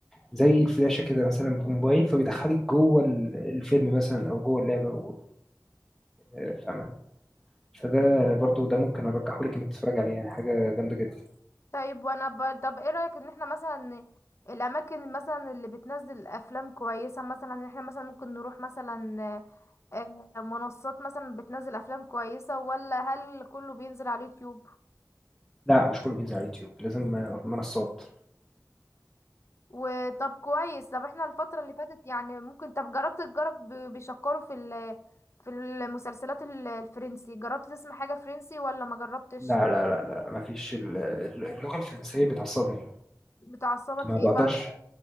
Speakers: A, in the centre; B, on the left.
A: زي الفلاشة كده مثلا بموبايل فبيدخلك جوه ال- الفيلم مثلا أو جوه اللعبة و... آه، فاهمة فده برضو ده ممكن ارجحه لك انك تتفرج عليه يعني حاجه جامده جدا
B: طيب وانا ب... طب ايه رأيك ان احنا مثلا الاماكن مثلا اللي بتنزل افلام كويسة مثلا ان احنا مثلا ممكن نروح مثلا آه، آه، منصات مثلا بتنزل افلام كويسة ولا هل كله بينزل على اليوتيوب
A: لا مش كله بينزل على اليوتيوب لازم منصات
B: وطب كويس طب احنا الفترة اللي فاتت يعني ممكن طب جربت تجرب ب- بيشكروا في ال في المسلسلات ال- الفرنسي جربت تسمع حاجة فرنسي ولا ما جربتش
A: لا لا لا لا ما فيش ال- ال- اللغه الفرنسيه بتعصبني
B: بتعصبك
A: ما
B: في ايه
A: بقدرش
B: بقى